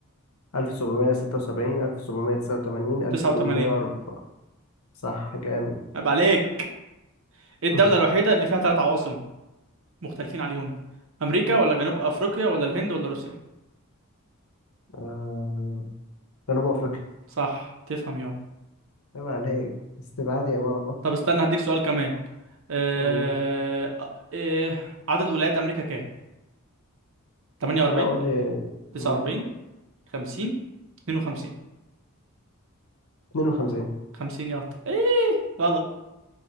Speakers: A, on the left; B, on the right.
A: 1776 1789 1804
B: 89
A: صح جامد
B: عيب عليك إيه الدولة
A: <laughs>
B: الوحيدة اللي فيها ثلاث عواصم مختلفين عليهم أمريكا ولا جنوب أفريقيا ولا الهند ولا روسيا
A: آه، جنوب أفريقيا
B: صح تفهم يا
A: عيب عليك استبعاد يا بابا
B: طب استنى هديك سؤال كمان آه...
A: قول
B: آه... آه، عدد ولايات أمريكا كام 48
A: لا قول لي
B: 49
A: مم،
B: 50 52
A: 52
B: 50 يا أخطأ. ايه غلط